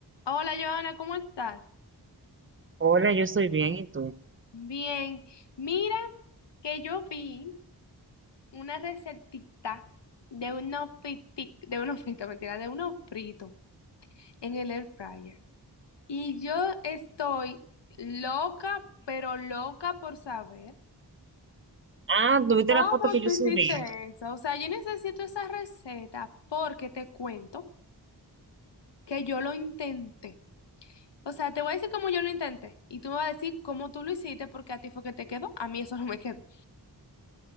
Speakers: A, on the left (about 80°); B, on the right (about 30°).
A: Hola, Joana, ¿cómo estás?
B: Hola, yo estoy bien, ¿y tú?
A: Bien, mira que yo vi una recetita de unos fritos, de unos fritos, <laughs> mentira, de unos fritos en el air fryer. Y yo estoy loca, pero loca por saber
B: Ah, ¿tuviste
A: cómo
B: la foto que yo
A: tú hiciste
B: subí?
A: eso. O sea, yo necesito esa receta porque te cuento que yo lo intenté. O sea, te voy a decir cómo yo lo intenté y tú me vas a decir cómo tú lo hiciste porque a ti fue que te quedó, a mí eso no me quedó.